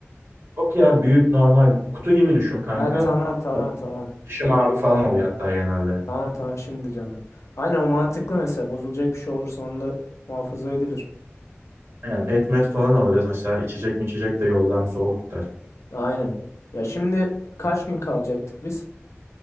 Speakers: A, on the right; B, on the left.
A: Yok ya büyük normal kutu gibi düşün kanka.
B: Ha tamam tamam
A: Bak,
B: tamam.
A: Dışı
B: Tamam.
A: mavi falan oluyor hatta genelde.
B: Tamam tamam şimdi canım. Aynen o mantıklı mesela. Bozulacak bir şey olursa onda muhafaza edilir.
A: Aynen et met falan alırız. Mesela içecek mi içecek de yolda hem soğuk tutar.
B: Aynen. Ya şimdi kaç gün kalacaktık biz?